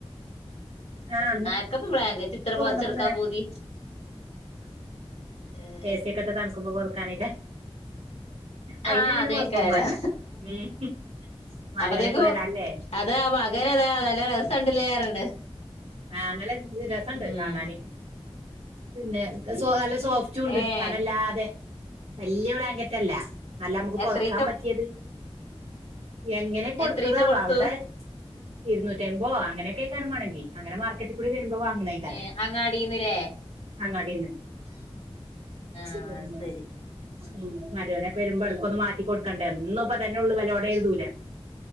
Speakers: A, on the right; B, on the left.
A: ആഹ് ഇന്ന്
B: ആർക്കപ്പ ബ്ലാങ്കറ്റ് ഇത്ര
A: ഇപ്പ
B: പൊതച്ചെടുക്കാൻ
A: വന്നപ്പോ
B: പൂതി ഏഹ്
A: ഏ സി ഒക്കെ ഇട്ട് തണുക്കുമ്പോ കൊടുക്കാനേക്കാ അയിനങ്ങനെ
B: ആഹ് അതേക്കാരം
A: കൊഴപ്പൊന്നും വേണ്ട ഉം മരോനൊക്കെ
B: അപ്പത്തേക്കും
A: വരാല്ലേ
B: അതാ മകനതാ നല്ല രസണ്ടല്ലേ പറയണ്
A: ആഹ് നല്ല രസണ്ട്
B: ഉം
A: കാണാന് പിന്നെ സോ നല്ല സോഫ്റ്റും ഉണ്ട്
B: ഏഹ്
A: കനല്ലാതെ വല്യ ബ്ലാങ്കറ്റ് അല്ല നല്ല നമുക്ക്
B: എത്രീച്ച
A: പൊതക്കാൻ പറ്റിയത് എങ്ങനെ കൊടുത്തതാവാ
B: എത്രീച്ച കൊടുത്തു
A: അവിടെ ഇരുന്നൂറ്റമ്പോ അങ്ങനെയൊക്കെക്കാരം മാണെങ്കി അങ്ങനെ മാർക്കറ്റിൽ കൂടി വരുമ്പോ വാങ്ങണേക്കാരം
B: ഏ അങ്ങാടിന്നില്ലേ
A: അങ്ങാടിന്ന്
B: ആഹ്
A: പിന്നെ
B: ശരി
A: ഉം മരുവനൊക്കെ വരുമ്പോ ഇടക്കൊന്ന് മാറ്റി കൊടുക്കണ്ടേ എന്നും ഇപ്പ തന്നെ ഉള്ളു വിലോടെ എഴുതൂല